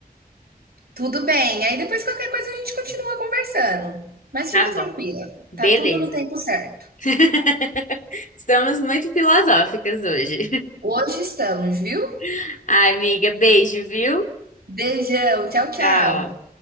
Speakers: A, on the right; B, on the left.
A: Tudo bem. Aí depois qualquer coisa a gente continua conversando. Mas
B: Tá
A: fica tranquila,
B: bom. Beleza.
A: tá tudo no tempo certo.
B: <laughs> Estamos muito filosóficas hoje.
A: Hoje estamos, viu?
B: <laughs> Ai, amiga, beijo, viu?
A: Beijão, tchau, tchau.
B: Tchau.